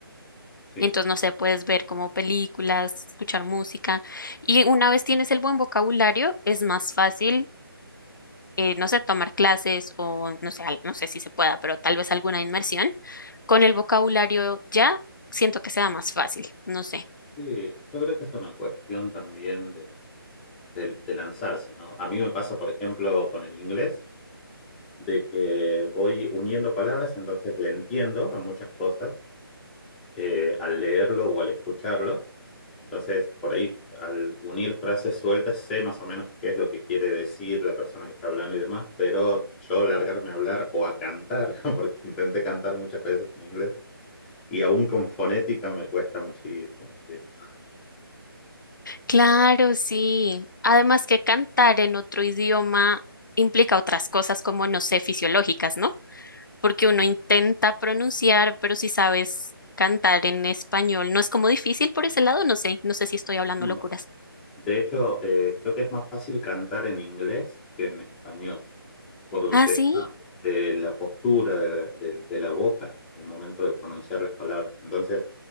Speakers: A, in the centre; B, on the left (about 55°).
A: Sí.
B: Entonces, no sé, puedes ver como películas, escuchar música. Y una vez tienes el buen vocabulario, es más fácil eh, no sé, tomar clases o no sé, al- no sé si se pueda, pero tal vez alguna inmersión, con el vocabulario ya siento que sea más fácil, no sé.
A: Sí, yo creo que es una cuestión también de de, de lanzarse, ¿no? A mí me pasa, por ejemplo, con el inglés, de que voy uniendo palabras, entonces le entiendo a muchas cosas eh, al leerlo o al escucharlo. Entonces, por ahí, al unir frases sueltas, sé más o menos qué es lo que quiere decir la persona que está hablando y demás, pero yo largarme a hablar o a cantar, <laughs> porque intenté cantar muchas veces en inglés, y aún con fonética me cuesta muchísimo, muchísimo.
B: Claro, sí. Además que cantar en otro idioma implica otras cosas como, no sé, fisiológicas, ¿no? Porque uno intenta pronunciar, pero si sabes cantar en español, no es como difícil por ese lado, no sé, no sé si estoy hablando
A: No.
B: locuras.
A: De hecho, eh, creo que es más fácil cantar en inglés que en español. por un
B: Ah,
A: tema
B: sí.
A: de la postura de la, de- de la boca al momento de pronunciar las palabras. Entonces,